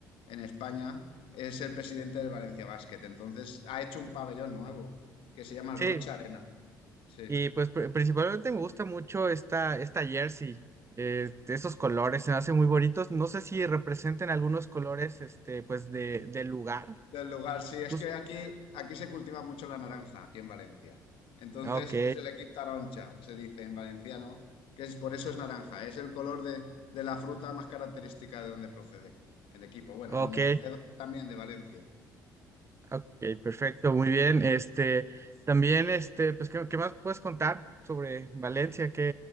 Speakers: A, on the left (about 60°); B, on the right (about 25°).
A: en España, es el presidente del Valencia Basket. Entonces ha hecho un pabellón nuevo que se llama el
B: Sí,
A: Rocha Arena. Sí,
B: y pues pri- principalmente me gusta mucho esta, esta jersey. eh, esos colores se me hacen muy bonitos. No sé si representen algunos colores, este, pues de, del lugar.
A: del lugar. Sí, es
B: Jus-
A: que aquí, aquí se cultiva mucho la naranja, aquí en Valencia. Entonces
B: ok,
A: es el equip taroncha, se dice en valenciano, que es por eso es naranja. Es el color de, de la fruta más característica de donde procede el equipo. Bueno,
B: ok,
A: de donde procede también de Valencia.
B: ok, perfecto, muy bien. Este, también, este, pues, ¿qué, qué más puedes contar sobre Valencia?